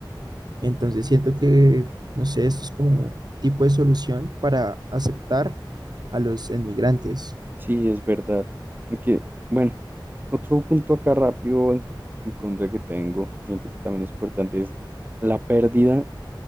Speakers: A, on the right; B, on the right.
A: Entonces siento que, no sé, esto es como un tipo de solución para aceptar a los inmigrantes.
B: Sí, es verdad. Aunque, bueno, otro punto acá rápido en, en contra que tengo, que siento que también es importante, es la pérdida